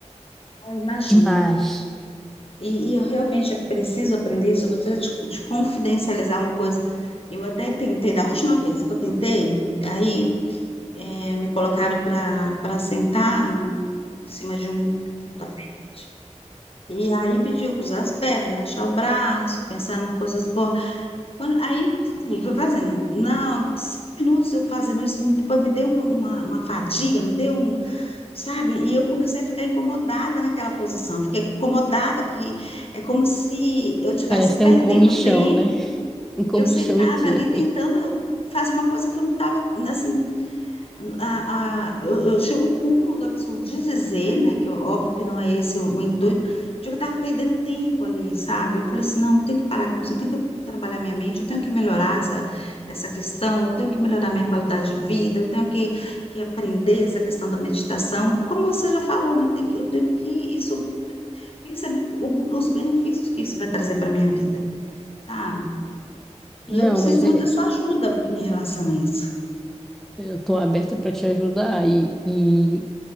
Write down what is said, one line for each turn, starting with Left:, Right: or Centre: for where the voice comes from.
Left: Eu imagino.
Centre: demais.
Left: E, e eu realmente preciso aprender isso. Eu vou te, te confidencializar uma coisa. Eu até tentei, da última vez que eu tentei, aí eh, me colocaram para para sentar num- em cima de um, de um tapete. E aí pediu que usasse as pernas, relaxar o braço, pensar em coisas boas. Quando, aí eu fui fazendo. Não, cinco minutos eu fazendo isso, me- depois me deu uma, uma, uma fadiga, me deu um, sabe? E eu comecei a ficar incomodada naquela posição, fiquei incomodada que é como se eu estivesse
Centre: Parece ter
Left: perdendo
Centre: um comichão,
Left: tempo,
Centre: né? <laughs> Um comichão
Left: eu sentada
Centre: em ti.
Left: ali tentando fazer uma coisa que eu não estava, assim, a, a- eu, eu chego ao cúmulo do absurdo de dizer, né, que óbvio que não é esse o, o intuito, de que eu estava perdendo tempo ali, sabe? Eu falei assim, não, eu tenho que parar com isso, eu tenho que trabalhar minha mente, eu tenho que melhorar essa, essa questão, eu tenho que melhorar minha qualidade de vida, eu tenho que, que aprender essa questão da meditação. Como você já falou, né, tem que- eu tenho que isso, perceber o- os benefícios que isso vai trazer para minha vida, sabe?
Centre: Não,
Left: E eu preciso
Centre: mas
Left: muito
Centre: é,
Left: da sua ajuda em relação a isso.
Centre: eu tô aberta para te ajudar e, e